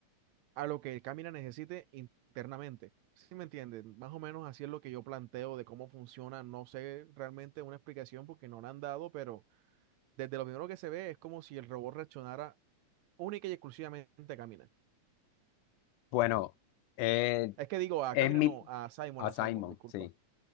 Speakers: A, on the right; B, on the left.
A: a lo que Kamina necesite internamente. ¿Sí me entiendes? Más o menos así es lo que yo planteo de cómo funciona. No sé realmente una explicación porque no la han dado, pero desde lo primero que se ve es como si el robot reaccionara única y exclusivamente a Camina.
B: Bueno, eh,
A: Es que digo, a
B: es
A: Camina
B: mi...
A: no, a Simon,
B: A
A: a
B: Simon,
A: Simon, disculpa.
B: sí.